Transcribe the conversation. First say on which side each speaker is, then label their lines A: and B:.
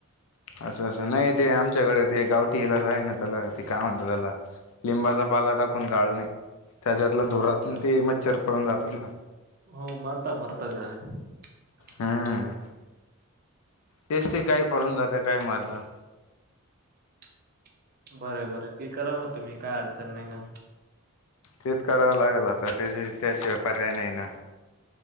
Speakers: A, on the left (about 75°); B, on the right (about 40°).
A: असं असं नाही ते आमच्याकडे ते गावठी इलाच आहे ना त्याला ते काय म्हणत त्याला लिंबाचा पाला टाकून जााळणे त्याच्यातला
B: अच्छा
A: धुरातून
B: अच्छा
A: ते मच्छर पळून जातात ना.
B: हो मरता मरता गणी <inaudible>
A: हम्म तेच ते काय पळून जात्या काय मारता.
B: <inaudible> बर बर ती करा मग तुम्ही काय अडचण नाही ना.
A: तेच करावं लागेल आता त्या त्याशिवाय पर्याय नाही ना.